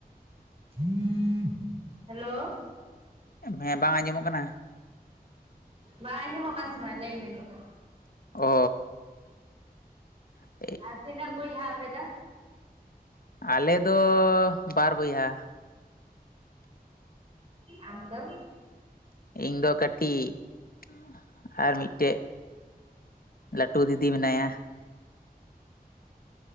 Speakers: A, on the right (about 40°); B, on the left (about 65°).
A: <inaudible> ᱦᱮᱞᱳ
B: ᱦᱮᱸ ᱵᱟᱝ ᱟᱸᱡᱚᱢᱚᱜ ᱠᱟᱱᱟ?
A: ᱵᱟᱝ ᱟᱸᱡᱚᱢᱚᱜ ᱠᱟᱱ ᱛᱟᱸᱦᱮᱱᱟ ᱞᱟᱹᱭ ᱢᱮ ᱱᱤᱛᱳᱜ ᱾
B: ᱚ ᱻ
A: ᱟᱨ ᱛᱤᱱᱟᱹᱜ ᱵᱚᱭᱦᱟ ᱯᱮ ᱫᱚ?
B: ᱟᱞᱮᱫᱚ ᱵᱟᱨ ᱵᱚᱭᱦᱟ ᱾
A: ᱟᱢ ᱫᱚ?
B: ᱤᱧ ᱫᱚ ᱠᱟᱹᱴᱤᱡ ᱤᱜ ᱾ ᱟᱨ ᱢᱤᱫᱴᱮᱡ ᱞᱟᱹᱴᱩ ᱫᱤᱫᱤ ᱢᱮᱱᱟᱭᱟ ᱾